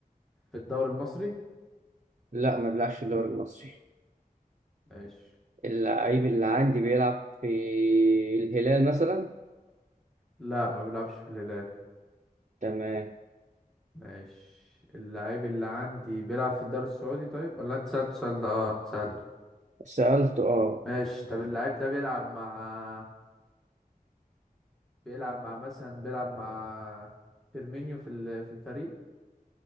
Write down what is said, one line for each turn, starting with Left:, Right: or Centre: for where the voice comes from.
Centre: في الدوري المصري
Right: لا ما بيلعبش في الدوري المصري
Centre: ماشي
Right: اللعيب اللي عندي بيلعب في الهلال مثلا
Centre: لا ما بيلعبش في الهلال
Right: تمام
Centre: ماشي اللاعب اللي عندي بيلعب في الدوري السعودي طيب ولا انت سألت السؤال ده اه سألته
Right: سألت اه
Centre: ماشي طب اللاعب ده بيلعب مع بيلعب مع مثلا بيلعب مع فيرمينيو في ال- في الفريق